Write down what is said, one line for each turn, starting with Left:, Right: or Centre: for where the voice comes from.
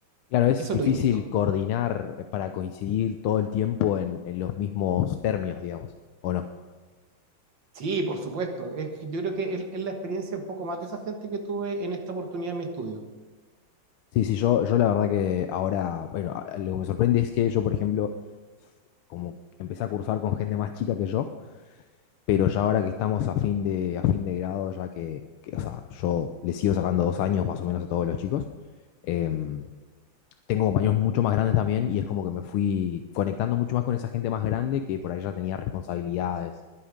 Left: Claro, es
Right: Eso
Left: difícil
Right: es lo distinto.
Left: coordinar eh, para coincidir todo el tiempo en, en los mismos términos, digamos, ¿o no?
Right: Sí, por supuesto. Es, que yo creo que es, es la experiencia un poco más de esa gente que tuve en esta oportunidad en mi estudio.
Left: Sí, sí, yo, yo la verdad que ahora, bueno, a- lo que me sorprende es que yo, por ejemplo, como empecé a cursar con gente más chica que yo, pero ya ahora que estamos a fin de, a fin de grado, ya que, que, o sea, yo le sigo sacando dos años más o menos a todos los chicos, em, tengo compañeros mucho más grandes también y es como que me fui conectando mucho más con esa gente más grande que por ahí ya tenía responsabilidades,